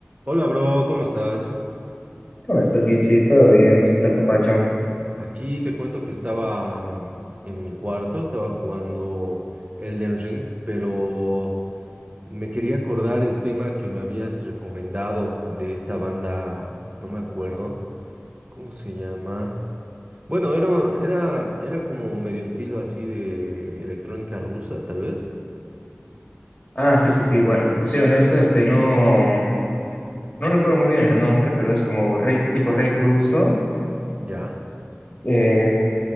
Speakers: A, on the right (about 35°); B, on the left (about 40°).
A: Hola, bro, ¿cómo estás?
B: ¿Cómo estás, Gichi? ¿Todo bien? ¿Vos qué tal, papacho?
A: Aquí te cuento que estaba mm, en mi cuarto, estaba jugando Elden Ring, pero me quería acordar el tema que me habías recomendado de esta banda, no me acuerdo, ¿cómo se llama? Bueno, era, era, era como medio estilo así de electrónica rusa, tal vez.
B: Ah, sí, sí, sí. Bueno, te soy honesto, este, no, no recuerdo muy bien el nombre, pero es como rey, tipo rey ruso.
A: Ya.
B: Eh,